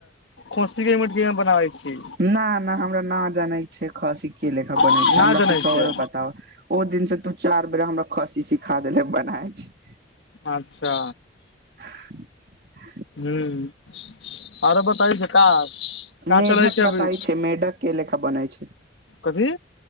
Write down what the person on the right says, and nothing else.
न न हमरा न जानै छै खसि केेलेखा बनै
छै हमरा
कूछो
आओर बताब ओ दिन से तू चार बेर हमरा खसि सिखा देेले बनाय छी
<inaudible>
मेढ़क
बताइ
छै मेढ़क के लेखा बनइ छै